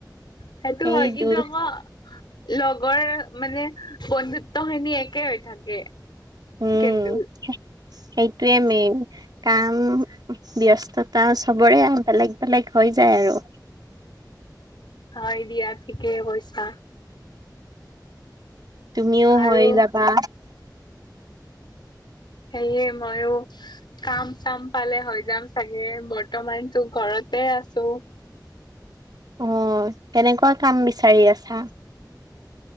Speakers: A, on the left; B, on the right.
A: সেইটো
B: সেই
A: হয় কিন্তু
B: দুই
A: আকৈ লগৰ মানে বন্ধুত্ব খিনি একে হৈ থাকে।
B: উম্,
A: কিন্তু
B: সেইটোৱে মেইন। কাম, ব্যস্ততা চবৰে বেলেগ বেলেগ হৈ যায় আৰু।
A: হয় দিয়া, ঠিকে কৈছা।
B: তুমিও
A: আৰু
B: হৈ যাবা।
A: সেয়ে ময়ো। কাম চাম পালে হৈ যাম চাগে বৰ্তমান তো ঘৰতে আছো।
B: অ', কেনেকুৱা কাম বিচাৰি আছা।